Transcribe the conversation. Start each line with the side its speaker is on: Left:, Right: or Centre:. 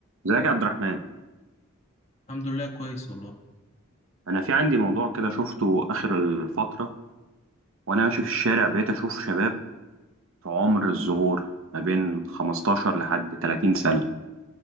Right: ازيك يا عبد الرحمن
Left: الحمد لله كويس والله
Right: انا في عندي موضوع كده شفته اخر الفتره وانا ماشي في الشارع بقيت اشوف شباب في عمر الزهور ما بين 15 لحد 30 سنه